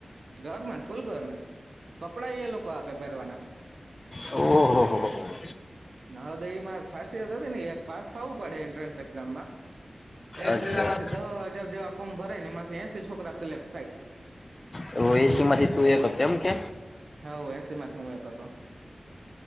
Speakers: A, on the right; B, on the left.
A: ગર્મેન્ટ ફૂલ ગર્મેન્ટ કપડા એ લોકો આપે પેરવાના
B: ઓહ.
A: નહદયમાં ખાસિયત હતી ને એ ક્લાસ થવું પડે એન્ટ્રન્સ એક્ઝામમાં એક
B: અચ્છા
A: જિલ્લામાંથી દહ હજાર જેવા ફોર્મ ભરાય ને એમાંથી એસી છોકરા સિલેક્ટ થાય
B: તો એસીમાંથી તું એક એમ કે
A: હા એસી માંથી હું એક હતો